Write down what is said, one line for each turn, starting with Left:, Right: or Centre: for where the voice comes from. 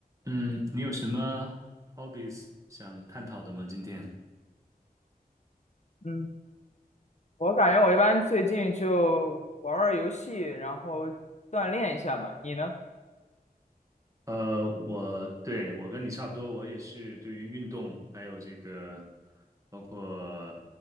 Right: 嗯，你有什么 hobbies 想探讨的吗？今天？
Left: 嗯，我感觉我一般最近就玩玩游戏，然后锻炼一下吧。你呢？
Right: 呃，我对我跟你差不多，我也是对于运动还有这个，包括